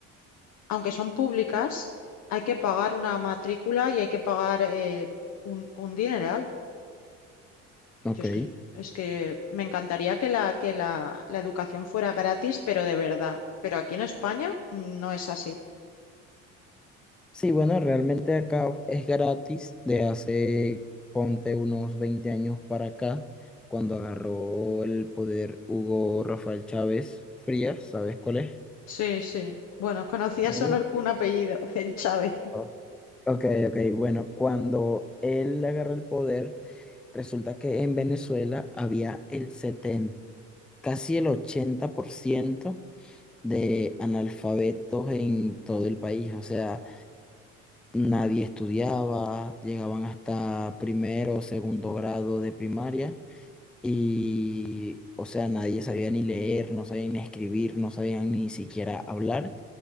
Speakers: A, on the left (about 55°); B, in the centre.
A: aunque son públicas, hay que pagar una matrícula y hay que pagar eh, un, un dineral.
B: Ok.
A: Yo es que, es que me encantaría que la, que la, la educación fuera gratis, pero de verdad. Pero aquí en España mm, no es así.
B: Sí, bueno, realmente acá es gratis de hace, ponte unos 20 años para acá, cuando agarró el poder Hugo Rafael Chávez Frías, ¿sabes cuál es?
A: Sí, sí. Bueno, conocía
B: Bueno,
A: solo un apellido, <laughs> el Chávez.
B: o- ok, ok, bueno, cuando él agarró el poder, resulta que en Venezuela había el setenta casi el 80% de analfabetos en todo el país, o sea, nadie estudiaba, llegaban hasta primero o segundo grado de primaria y, o sea, nadie sabía ni leer, no sabían ni escribir, no sabían ni siquiera hablar.